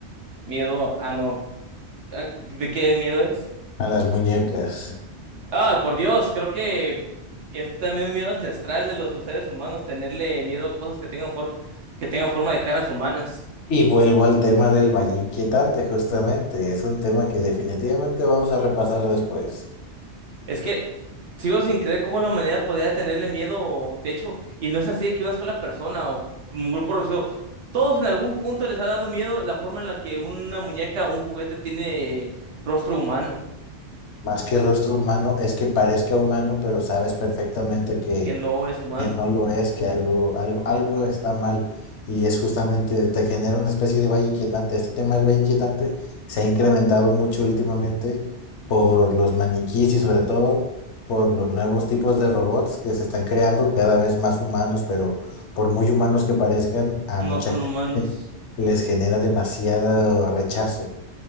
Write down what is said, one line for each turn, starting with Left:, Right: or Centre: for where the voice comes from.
Right: Miedo, ah, no. Ah, ¿De qué miedo es?
Left: A las muñecas.
Right: Ah, por Dios, creo que es también un miedo ancestral de los seres humanos, tenerle miedo a cosas que tengan for- que tengan forma de caras humanas.
Left: Y vuelvo al tema del valle inquietante, justamente. Es un tema que definitivamente vamos a repasar después.
Right: Es que sigo sin creer cómo la humanidad podría tenerle miedo, de hecho, y no es así de que una sola persona o un grupo reducido, todos en algún punto les ha dado miedo la forma en la que una muñeca o un juguete tiene rostro humano,
Left: Más que rostro humano, es que parezca humano, pero sabes perfectamente que
Right: que no es humano,
Left: que no lo es, que algo, algo, algo está mal y es justamente, te genera una especie de valle inquietante. Este tema del valle inquietante se ha incrementado mucho últimamente por los maniquís y sobre todo por los nuevos tipos de robots que se están creando cada vez más humanos, pero por muy humanos que parezcan, a
Right: no
Left: mucha
Right: son humanos.
Left: gente les genera demasiado rechazo.